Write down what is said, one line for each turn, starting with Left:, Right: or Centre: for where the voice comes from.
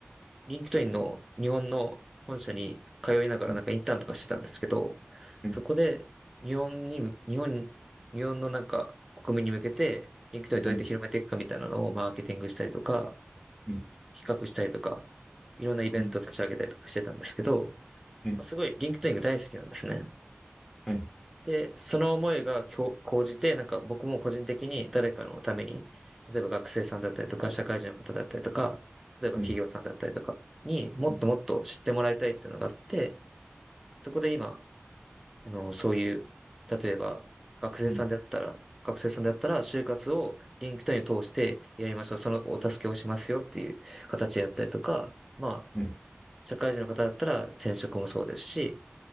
Centre: リンクトインの日本の本社に通いながらなんかインターンとかしてたんですけど、
Left: はい、はい、
Centre: そこで日本に、日本、日本のなんか国民に向けて、リンクトインどうやって広めていくかみたいなのをマーケティングしたりとか、
Left: はい、はい、
Centre: 企画したりとか、いろんなイベント立ち上げたりとかしてたんですけど、
Left: うん、はい、
Centre: まあすごいリンクトインが大好きなんですね。
Left: はい、
Centre: で、その思いが今日じて、なんか僕も個人的に誰かのために、例えば学生さんだったりとか、社会人の方だったりとか、例えば企業さんだったりとかにもっともっと知ってもらいたいっていうのがあって、
Left: はい、うん、
Centre: そこで今、あの、そういう、例えば学生さんであったら、
Left: はい、
Centre: 学生さんであったら、就活をリンクトインを通してやりましょう。そのお助けをしますよっていう形でやったりとか、まあ、
Left: はい。
Centre: 社会人の方だったら転職もそうですし、